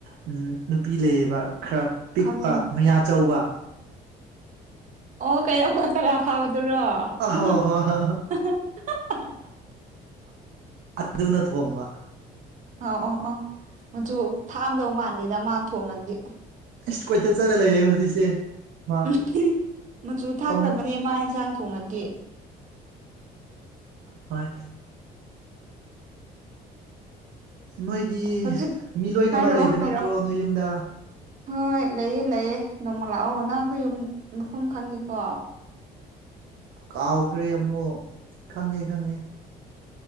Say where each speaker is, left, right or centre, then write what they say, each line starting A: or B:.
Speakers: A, on the right; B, on the right.
A: ꯎꯝꯩꯅꯨꯄꯤ ꯂꯩꯌꯦꯕ ꯈꯔ ꯄꯤꯛꯄ
B: ꯈꯪꯉꯦ
A: ꯃꯌꯥ ꯆꯧꯕ꯫
B: ꯑꯣ ꯀꯩꯅꯣꯝ ꯇꯔꯥ ꯐꯥꯎꯕꯗꯨꯔꯣ <unintelligible>
A: ꯑꯍꯣ ꯍꯣ ꯍꯣ ꯑꯗꯨꯅ ꯊꯣꯡꯕ꯫
B: ꯑ ꯑꯣ ꯑꯣꯥ ꯃꯆꯨ ꯊꯥꯛꯑꯝꯗꯧ ꯃꯥꯟꯗꯦꯗ ꯃꯥ ꯊꯣꯡꯉꯗꯤ꯫
A: ꯑꯩꯁ ꯀꯣꯏꯆꯠ ꯆꯠꯂ ꯂꯩꯌꯦ ꯍꯧꯖꯤꯛꯁꯦ꯫ ꯃꯥ
B: ꯎꯝꯍꯨꯝ ꯃꯆꯨ ꯊꯥꯛꯇꯕꯅꯦ
A: ꯄꯪ
B: ꯃꯥ ꯑꯦꯟꯁꯥꯡ ꯊꯣꯡꯉꯗꯤ꯫
A: ꯍꯣꯏ꯫ ꯅꯣꯏꯗꯤ
B: ꯍꯧꯖꯤꯛ
A: ꯃꯤ ꯂꯣꯏꯃꯛ
B: ꯍꯥꯏꯔꯛꯑꯣ
A: ꯂꯩꯕ ꯅꯠꯇ꯭ꯔꯣ
B: ꯍꯥꯏꯔꯛꯑꯣ
A: ꯅꯣꯏ ꯌꯨꯝꯗ꯫
B: ꯍꯣꯏ ꯂꯩꯌꯦ ꯂꯩꯑꯦ ꯅꯣꯡꯃ ꯂꯥꯛꯑꯣ ꯅꯪ ꯑꯩꯈꯣꯏ ꯌꯨꯝ ꯃꯐꯝ ꯈꯪꯉꯤꯀꯣ꯫
A: ꯀꯥꯎꯈ꯭ꯔꯦ ꯑꯃꯨꯛ ꯈꯪꯉꯦ ꯈꯪꯉꯦ꯫